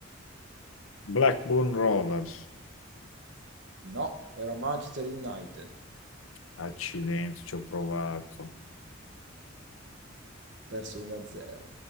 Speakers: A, on the left; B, on the right.
A: Blackburn Rovers,
B: No, era Manchester United,
A: accidenti, ci ho provato.
B: perso 1-0.